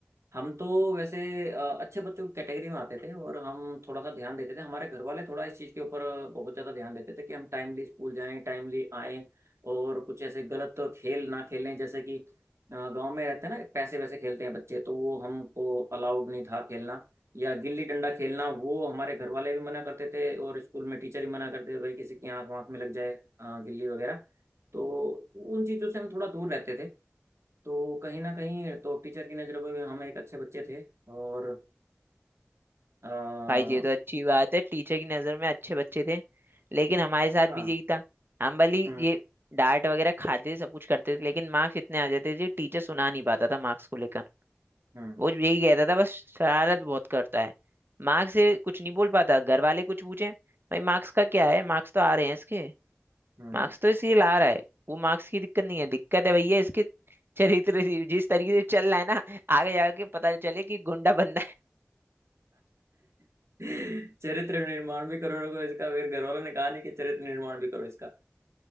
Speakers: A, on the right; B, on the right.
A: हम तो वैसे अ, अच्छे बच्चों की कैटेगरी में आते थे और हम थोड़ा सा ध्यान देते थे हमारे घर वाले थोड़ा इस चीज़ के ऊपर बहुत ज़्यादा ध्यान देते थे कि हम टाइमली स्कूल जाएं टाइमली आएं और कुछ ऐसे गलत खेल ना खेलें जैसे कि गांव में रहते हैं ना पैसे वैसे खेलते हैं बच्चे तो वो हमको अलाउड नहीं था खेलना या गिल्ली डंडा खेलना वो हमारे घर वाले भी मना करते थे और स्कूल में टीचर भी मना करते थे भाई किसी की आंख वाँख में लग जाए अ, गिल्ली वगैरह तो उन चीज़ों से हम थोड़ा दूर रहते थे तो कहीं ना कहीं तो टीचर की नज़रों में भी हम एक अच्छे बच्चे थे और आ,
B: भाई ये तो अच्छी बात है टीचर की नजर में अच्छे बच्चे थे लेकिन हमारे साथ
A: हाँ
B: भी यही था हम भली
A: हम्म
B: ये डांट वगैरह खाते थे, सब कुछ करते थे लेकिन मार्क्स इतने आ जाते थे टीचर सुना नहीं पाता था मार्क्स को लेकर।
A: हम्म
B: वो यही कहता था बस शरारत बहुत करता है मार्क्स से कुछ नहीं बोल पाता घर वाले कुछ पूछे भाई मार्क्स का क्या है मार्क्स तो आ रहे हैं इसके
A: हम्म
B: मार्क्स तो इसलिए ला रहा है वो मार्क्स की दिक्कत नहीं है दिक्कत है भैया इसके चरित्र से जिस तरीके से चल रहा है ना आगे जाके पता चले कि गुंडा बंदा है
A: <laughs> चरित्र निर्माण भी करो लोगों, इसका फिर घर वालों ने कहा नहीं कि चरित्र निर्माण भी करो इसका